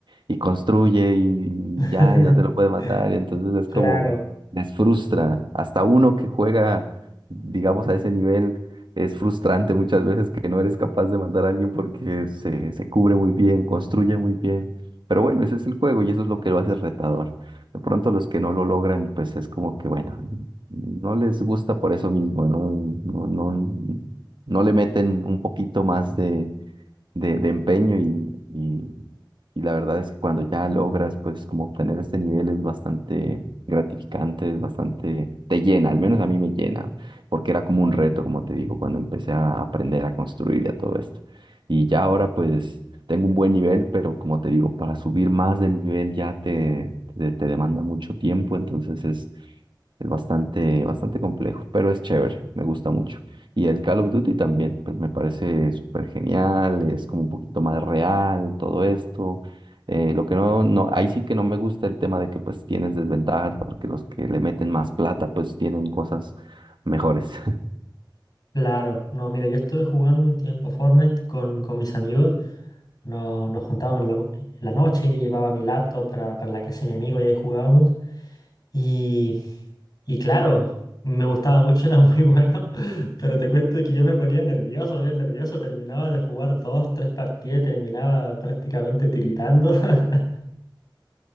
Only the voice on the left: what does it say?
<laughs>
Claro.
Claro, no, mira, yo estuve jugando un tiempo Fortnite con, con mis amigos. No- nos juntábamos en la, en la noche, yo llevaba mi laptop para, para la casa de mi amigo y ahí jugábamos. Y, y claro, me gustaba mucho, era muy <laughs> bueno, pero te cuento que yo me ponía nervioso, bien nervioso, terminaba de jugar dos, tres partidas, y terminaba prácticamente tiritando. <laughs>